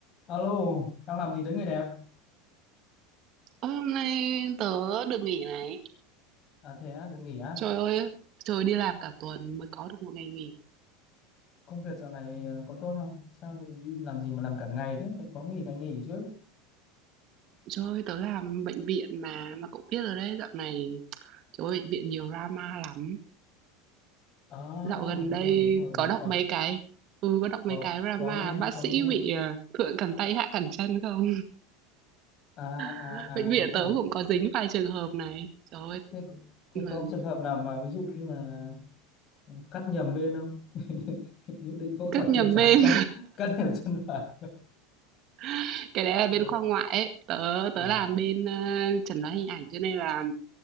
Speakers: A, on the left (about 35°); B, on the right (about 40°).
A: Alo, đang làm gì đấy người đẹp?
B: Ơ, hôm nay tớ được nghỉ này.
A: À thế á, được nghỉ á?
B: Trời ơi, trời đi làm cả tuần mới có được một ngày nghỉ.
A: Công việc dạo này ờ, có tốt không? Sao lại đi làm gì mà làm cả ngày thế? Phải có nghỉ ngày nghỉ chứ.
B: Trời ơi, tớ làm bệnh viện mà mà cậu biết rồi đấy, dạo này trời ơi, bệnh viện nhiều drama lắm.
A: À,
B: Dạo gần
A: đúng
B: đây
A: rồi, đúng rồi,
B: có
A: đúng
B: đọc
A: rồi.
B: mấy cái Ừ, có đọc
A: Có
B: mấy cái drama
A: có nghe,
B: bác
A: có
B: sĩ
A: nghe.
B: bị ờ, thượng cẳng tay hạ cẳng chân không?
A: À
B: <laughs>
A: à à
B: Bệnh viện
A: đúng rồi.
B: tớ cũng có dính vài trường hợp này. Trời ơi,
A: Thế thế
B: mà
A: có cái trường hợp nào mà ví dụ như là cắt nhầm bên không? <laughs> Dự Định phẫu thuật
B: cất nhầm
A: chân trái
B: bên,
A: cắt cắt nhầm chân phải. <laughs>
B: <laughs> cái đấy là
A: Ờ,
B: bên khoa ngoại ấy. Tớ
A: à,
B: tớ làm bên ờ, chẩn đoán hình ảnh cho nên là